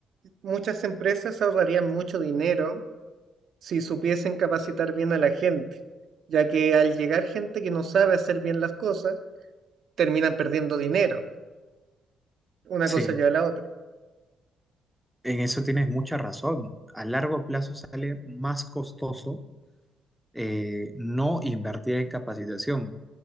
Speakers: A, on the right; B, in the centre.
A: muchas empresas ahorrarían mucho dinero si supiesen capacitar bien a la gente, ya que al llegar gente que no sabe hacer bien las cosas, terminan perdiendo dinero. Una
B: Sí,
A: cosa lleva a la otra.
B: en eso tienes mucha razón. A largo plazo sale más costoso eh, no invertir en capacitación.